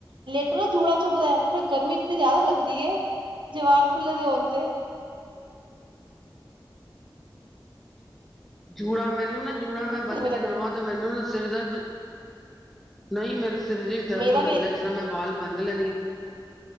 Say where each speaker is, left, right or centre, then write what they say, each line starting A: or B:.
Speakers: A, on the right; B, in the centre.
A: ਲੇਟੇ ਰੋ ਜੂੜਾ ਚੁਭਦਾ ਐ, ਫਿਰ ਗਰਮੀ ਇਤਨੀ ਜ਼ਿਆਦਾ ਲੱਗਦੀ ਏ ਜੇ ਵਾਲ ਖੁੱਲੇ ਜੇ ਹੋਣ ਤੇ
B: ਜੂੜਾ ਮੈਨੂੰ ਨਾ ਜੂੜਾ ਮੈਂ ਬੰਦ
A: ਗਰਮੀ ਲੱਗਦੀ
B: ਕਰਾਵਾਂ
A: ਹੈ
B: ਤੇ ਮੈਨੂੰ ਨਾ ਸਿਰ ਦਰਦ ਹੋ ਜਾਦਾ ਨਈ ਮੇਰੇ ਸਿਰ 'ਚ' ਦਰਦ
A: ਮੇਰਾ
B: ਹੋ ਜਾਂਦਾ
A: ਵੀ
B: ਜਿਸ ਤਰ੍ਹਾਂ ਮੈਂ ਵਾਲ ਬੰਦ ਲੈਂਦੀ ਅ